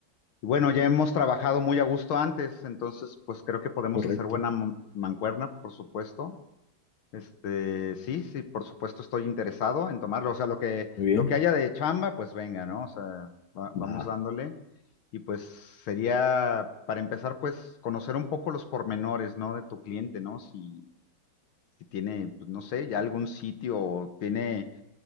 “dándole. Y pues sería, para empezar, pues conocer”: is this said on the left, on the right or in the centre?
Left